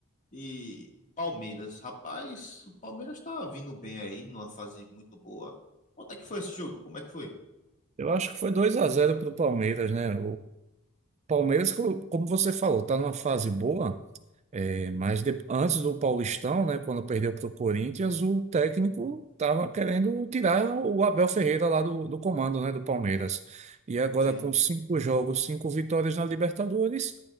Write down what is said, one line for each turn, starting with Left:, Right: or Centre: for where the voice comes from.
Left: E Palmeiras, rapaz, o Palmeiras tá vindo bem aí, numa fase muito boa. Quanto é que foi esse jogo? Como é que foi?
Right: Eu acho que foi 2 a zero para o Palmeiras, né? Palmeiras, co- como você falou, está numa fase boa. É, mas de- antes do Paulistão, né, quando perdeu para o Corinthians, o técnico estava querendo tirar o Abel Ferreira lá do, do comando, né, do Palmeiras. E agora
Left: Sim,
Right: com cinco jogos, cinco vitórias na Libertadores,